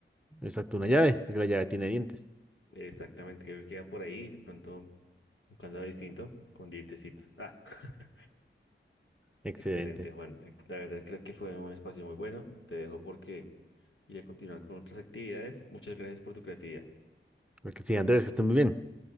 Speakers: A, in the centre; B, on the left.
A: Exacto, una llave, porque la llave tiene dientes.
B: Exactamente, creo que queda por ahí. De pronto, un candado distinto con dientecitos. Ah, <laughs>
A: Excelente.
B: excelente, Juan. Eh, La verdad creo que fue un espacio muy bueno. Te dejo porque y a continuar con otras actividades. Muchas gracias por tu creatividad.
A: Porque sí, Andrés, que estás muy bien.